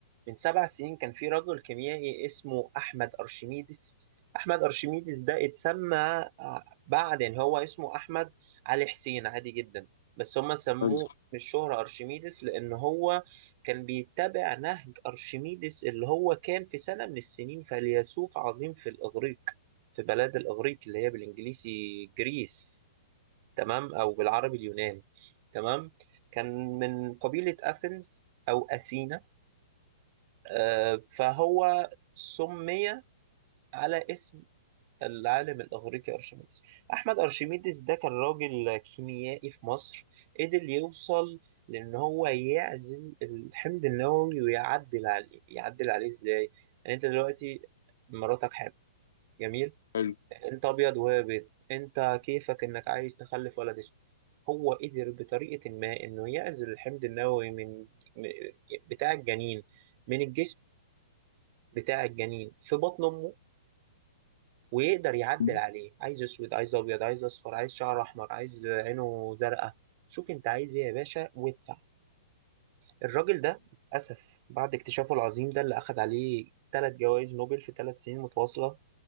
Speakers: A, on the right; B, on the left.
A: من سبع سنين كان في راجل كيميائي اسمه أحمد أرشميدس أحمد أرشميدس ده اتسمى آه، بعد يعني هو اسمه أحمد علي حسين عادي جدا بس هم سموه
B: حلو
A: من الشهرة أرشميدس لأن هو كان بيتبع نهج أرشميدس اللي هو كان في سنة من السنين فيلسوف عظيم في الإغريق في بلاد الإغريق اللي هي بالإنجليزي جريس تمام او بالعربي اليونان تمام كان من قبيلة اثينز او اثينا آه، فهو سمي على اسم العالم الاغريقي ارشميدس احمد ارشميدس ده كان راجل كيميائي في مصر قدر يوصل لان هو يعزل الحمض النووي ويعدل عليه يعدل عليه ازاي يعني انت دلوقتي مراتك حامل جميل
B: حلو
A: انت ابيض وهي بيض انت كيفك انك عايز تخلف ولد اسود هو قدر بطريقة ما انه يعزل الحمض النووي من من- بتاع الجنين من الجسم بتاع الجنين في بطن امه ويقدر يعدل
B: مم.
A: عليه عايز اسود عايز ابيض عايز اصفر عايز شعر احمر عايز عينه زرقاء شوف انت عايز ايه يا باشا وادفع الراجل ده للاسف بعد اكتشافه العظيم ده اللي اخد عليه ثلاث جوائز نوبل في ثلاث سنين متواصلة